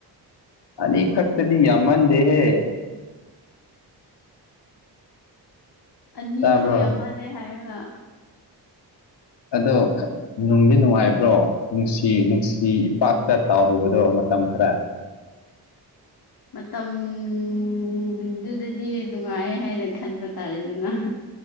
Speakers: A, on the left; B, on the left.
A: ꯑꯅꯤ ꯈꯛꯇꯗꯤ ꯌꯥꯝꯃꯟꯗꯦꯍꯦ
B: ꯑꯅꯤꯁꯨ
A: ꯇꯥꯕ꯭ꯔꯣ
B: ꯌꯥꯝꯃꯜꯂꯦ ꯍꯥꯏꯔꯒ
A: ꯑꯗꯣ ꯈ ꯅꯨꯡꯗꯤ ꯅꯨꯡꯉꯥꯏꯕ꯭ꯔꯣ ꯅꯨꯡꯁꯤ ꯅꯨꯡꯁꯤ ꯏꯄꯥꯛꯇ ꯇꯥꯎꯔꯨꯕꯗꯣ ꯃꯇꯝ ꯈꯔ
B: ꯃꯇꯝꯗꯨꯗꯗꯤ ꯅꯨꯡꯉꯥꯏ ꯍꯥꯏꯅ ꯈꯟꯕ ꯇꯥꯔꯦꯗꯅꯥ